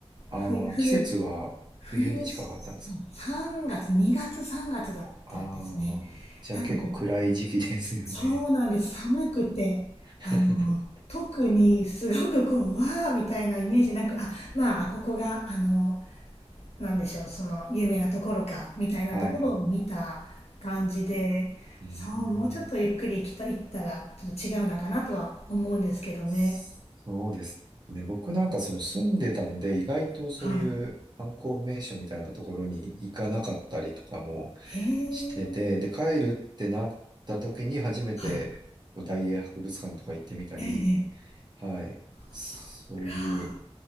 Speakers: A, on the right; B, on the left.
A: ああ、
B: 冬冬
A: 季節は冬に近かったんですか
B: 冬そう3月2月3月だったんですね
A: ああー、じゃあ結構暗い時期ですよね。
B: なのでそうなんです寒くてあの特にすごくこうわーみたいなイメージなくあまあここがあの
A: <laughs>
B: なんでしょう、その有名なところかみたいなところを見た感じで、
A: はいはいはい。
B: そう、
A: うーん
B: もうちょっとゆっくり行きた、行ったらちょっと違うのかなとは思うんですけどね。
A: そうですね。僕なんかその住んでたので、意外とそういう観光名所みたいなところに行かなかったりとかも
B: はい。へえ、
A: してて、で、帰るってなった時に初めてこう大英博物館とか行ってみたり、
B: はい。ええ、ええ
A: はい。そういう
B: そっか。